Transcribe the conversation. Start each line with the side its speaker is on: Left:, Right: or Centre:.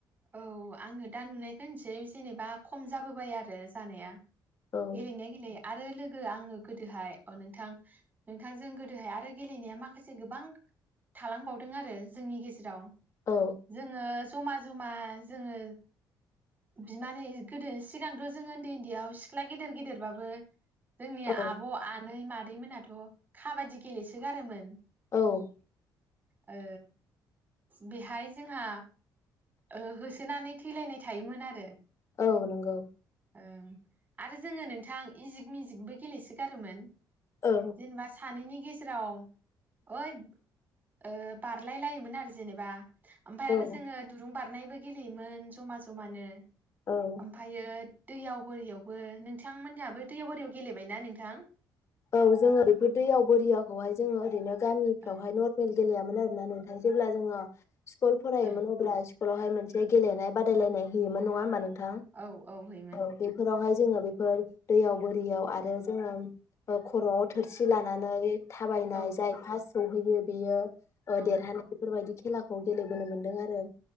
Right: औ आंङो दा नुनायखौ होनसै जेनेबा खम जाबोबाय आरो जानाया
Left: औ
Right: गेलनायाय गेले आरो लोग ओ आंङो गोदोहाय अ नोंथां नोंथांजों गोदोहाय आरो गेलेनाया माखासे गोबां थालांबावदों आरो जोंनि गेजेराव
Left: औ
Right: जोंङो समाज जमा जोंङो बिमानै गोदो सिगांथ' जों उन्दै उन्दैयाव सिख्ला गेदेर गेदेरबाबो जोंनि
Left: औ
Right: आब' आनै मादै दै मोनाथ' खाबादि गेलेसोगारोमोन
Left: औ
Right: ओ बिहाय जोंहा ओ होसोनानै थैलायनाय थायोमोन आरो
Left: औ नंगौ
Right: ओं आरो जोंङो नोंथां इजिक मिजिकबो गेलेसोगारोमोन
Left: औ
Right: जेनेबा सानैनि गेजेराव ओइ ओ बारलाय लायोमोन आरो जेनेबा ओमफाय
Left: औ
Right: आरो जोंङो बारनायबो गेलेयोमोन जमा जमानो
Left: औ
Right: ओमफायो दैयाव बोरियावबो नोंथांमोनियाबो दैयाव बोरियाव गेलेबायना नोंथां
Left: औ जोंङो बेफोर दैयाव बरोरियाखौहाय जोंङो ओरैनो गामिफ्रावहाय
Right: ओं
Left: नर्मेल गेलेयामोन आरो ना नोंथां जेब्ला जोंङो स्कुल फरायोमोन
Right: ओं
Left: अब्ला कलावहाय मोनसे गेलेनाय बादायलायनाय होयोन नङा होमबा नों थां
Right: औ औ हैमोन
Left: औ बेफोरावहाय जोंङो बेफोर दैयाव बोरियाव आरो जोंङो ओ खर'आव थोरसि लानानै थाबायनाय
Right: औ
Left: जाय फार्स्ट सौहैयो बेयो अ
Right: औ
Left: देरहानाय बेफोरबायदि खेलाखौ गेलेबोनो मोनदों आरो